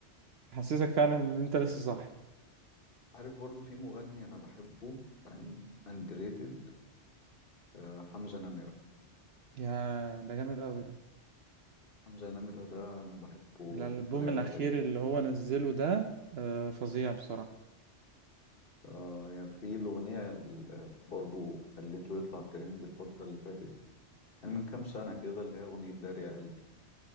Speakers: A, on the right; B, on the left.
A: حسسك فعلا إن أنت لسه صاحي
B: عارف برضو في مغني أنا بحبه فاهم underrated آه حمزة نمرة
A: يا ده جامد أوي ده
B: حمزة نمرة ده أنا بحبه
A: الألبوم
B: بطريقة
A: الأخير
B: غبية
A: اللي هو نزله ده آه فظيع بصراحة
B: آه يعني في الأغنية اللي برضو خليته يطلع ترند الفترة اللي فاتت يعني من كام سنة كده اللي هي أغنية دار يا قلبي